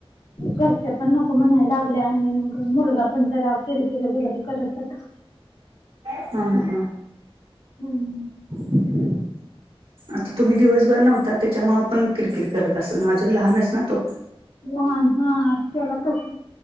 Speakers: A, on the left; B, on the right.
A: घरचे पण नको म्हणायला लागले आणि मग मुलगा पण जरा किरकिरी वगैरे करत होता
B: हा हा
A: हम्म
B: <unintelligible> आता तुम्ही दिवसभर नव्हता. त्याच्यामुळं पण किरकिर करत असल. अजून लहानच ना तो?
A: लहान हा त्याला कसं